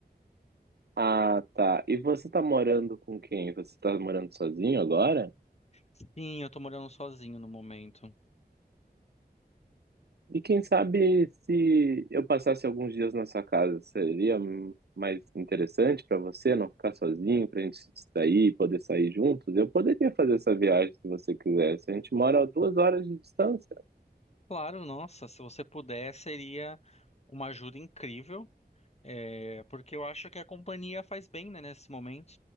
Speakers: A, on the right; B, on the left.
A: Ah, tá. E você tá morando com quem? Você tá morando sozinho agora?
B: Sim, eu tô morando sozinho no momento.
A: E quem sabe se eu passasse alguns dias na sua casa, seria hum, mais interessante pra você não ficar sozinho, pra gente se distrair, e poder sair juntos? Eu poderia fazer essa viagem se você quisesse. A gente mora a duas horas de distância.
B: Claro, nossa, se você puder, seria uma ajuda incrível. É, porque eu acho que a companhia faz bem, né, nesse momento.